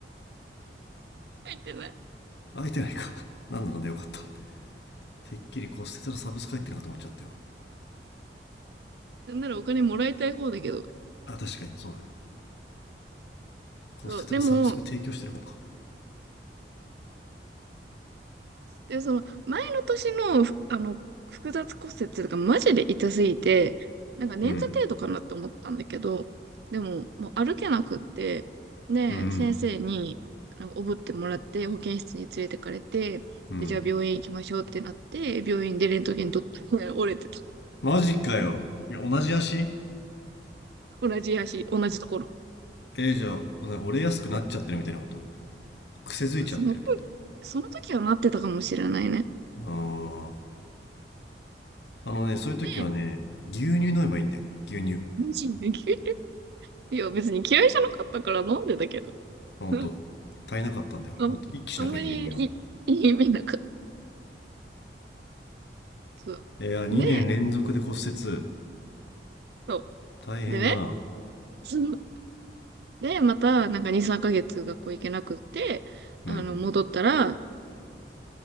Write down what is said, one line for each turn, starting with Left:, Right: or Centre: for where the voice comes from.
Right: 入ってない。
Left: 入ってないか。<laughs> なんだかんだよかった。てっきり骨折のサブスク入ってるのかと思っちゃったよ。
Right: なんならお金もらいたい方だけど、
Left: あ、確かに、そうだね。骨折のサブスク提供してる方か。
Right: そう、でも、で、その前の年の、ふあの、複雑骨折とかマジで痛すぎて、なんか捻挫程度かなって思ったんだけど、
Left: うん。
Right: でも、もう歩けなくって、で、
Left: うん。
Right: 先生に、なんかおぶってもらって、保健室に連れてかれて、
Left: うん。
Right: で、じゃあ病院行きましょうってなって、病院でレントゲン撮って <laughs> 折れてた。
Left: マジかよ。いや同じ足
Right: 同じ足、同じところ。
Left: えーじゃあ、折れやすくなっちゃってるみたいなこと癖づいちゃってる。
Right: あその、その時はなってたかもしれないね。
Left: あーあのね、そういう時はね、
Right: で、
Left: 牛乳飲めばいいんだよ。
Right: うん、
Left: 牛乳。
Right: <laughs> いや、別に嫌いじゃなかったから飲んでたけど。
Left: あほんと。
Right: <laughs>
Left: 足りなかったんだよ。
Right: あん、
Left: もっと一気しなきゃ牛乳を。
Right: あんまりいい、いい夢なかった。そう。
Left: いや、2年連続で骨折。
Right: で、そ
Left: 大変だな。
Right: う。でね、その、で、また、なんか2、3ヶ月学校行けなくって、あの、
Left: うん。
Right: 戻ったら、